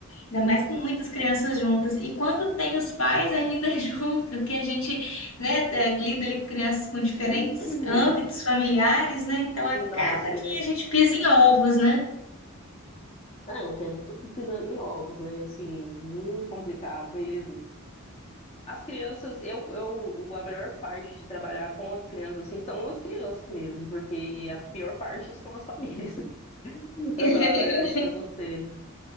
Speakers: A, on the left (about 75°); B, on the left (about 30°).
A: Ainda mais com muitas crianças juntas. E quando tem os pais ainda <laughs> junto, que a gente, né, é, lida ali com crianças com diferentes
B: <clears throat>
A: âmbitos familiares, né? Então acaba
B: Nossa,
A: que a gente pisa em ovos, né?
B: Ah, é um tempo todo pisando em ovos, né? Assim, muito complicado mesmo. As crianças, eu, eu, a melhor parte de trabalhar com as crianças, assim, são as crianças mesmo, porque a pior parte são as famílias, <laughs> Para
A: <laughs>
B: falar a verdade para você.